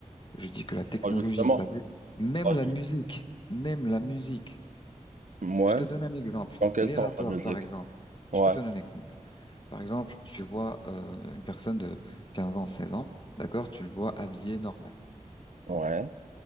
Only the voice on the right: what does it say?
Ah, justement,
ouais,
ouais,
dans quel
sens
la musique?
Ouais,
ouais,